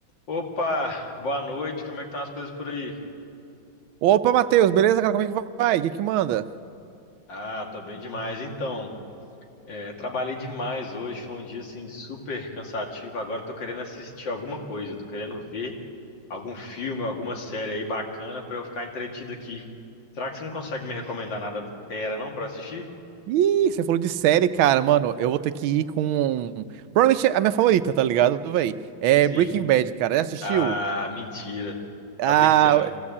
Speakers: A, on the left (about 65°); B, on the right (about 85°).
A: Opa, boa noite, como é que estão as coisas por aí?
B: Opa, Matheus, beleza, cara? Como é que vai? O que que manda?
A: Ah, tô bem demais. Então, é, trabalhei demais hoje, foi um dia assim super cansativo. Agora tô querendo assistir alguma coisa, tô querendo ver algum filme, alguma série aí bacana pra eu ficar entretido aqui. Será que você não consegue me recomendar nada fera não pra assistir?
B: Ih, você falou de série, cara, mano. Eu vou ter que ir com. um, Provavelmente é a minha favorita, tá ligado, véi? É
A: Sim.
B: Breaking Bad, cara. Já assistiu?
A: Ah, mentira.
B: Ah,
A: Tá brincando.